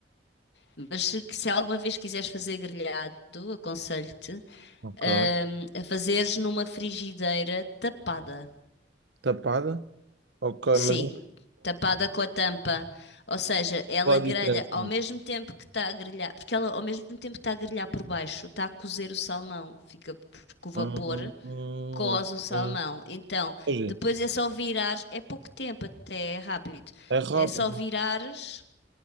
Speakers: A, on the left (about 75°); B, on the right (about 80°).
A: Mas se, se alguma vez quiseres fazer grelhado, aconselho-te, hum,
B: Ok.
A: a fazeres numa frigideira tapada.
B: Tapada? Ok,
A: Sim,
B: mas é-
A: tapada com a tampa. Ou seja, ela
B: qual é
A: grelha
B: a diferença?
A: ao mesmo tempo que está a grelhar, porque ela ao mesmo tempo que está a grelhar por baixo, está a cozer o salmão, fica com o
B: Hum,
A: vapor,
B: hum,
A: coze o salmão.
B: hum.
A: Então,
B: Ou seja,
A: depois é só virar, é pouco tempo até, é rápido.
B: é rápido.
A: É só virares